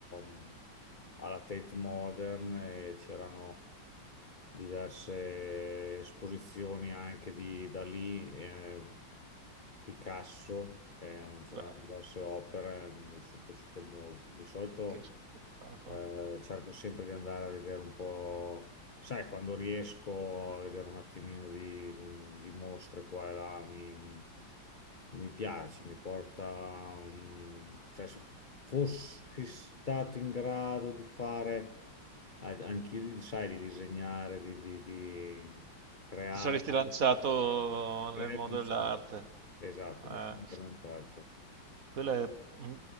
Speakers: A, on the left; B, on the right.
A: mm, alla Tate Modern e c'erano diverse esposizioni anche di Dalì, eh, Picasso, eh, c'erano
B: Beh,
A: diverse opere, mm, mi sono piaciute molto. Di solito.
B: che spettacolo.
A: Eh, cerco sempre di andare a vedere un po', sai, quando riesco a vedere un attimino di, di mostre qua e là, mi, mi piace, mi porta, un- cioè, se fossi stato in grado di fare, a- anch'io, di- sai, di disegnare, di, di- di creare,
B: Ti saresti lanciato
A: creare,
B: nel mondo
A: pensare.
B: dell'arte.
A: esatto,
B: Eh,
A: mi sono organizzato.
B: quella è- mm,